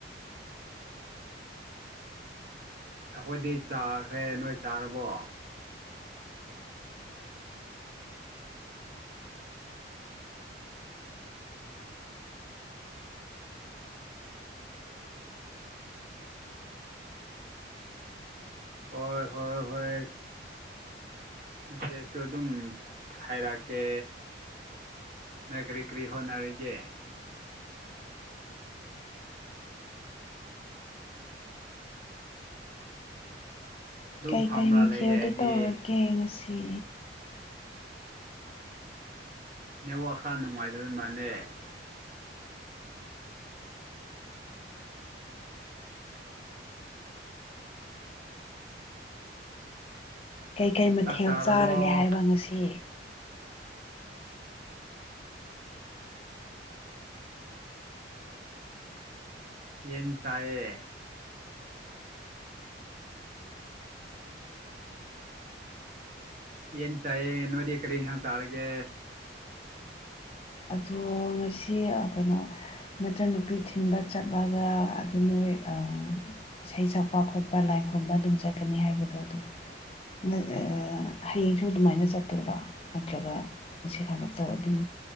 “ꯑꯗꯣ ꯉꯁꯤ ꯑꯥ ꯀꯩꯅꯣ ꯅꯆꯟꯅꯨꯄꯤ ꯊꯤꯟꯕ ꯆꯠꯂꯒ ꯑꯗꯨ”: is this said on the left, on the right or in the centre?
Left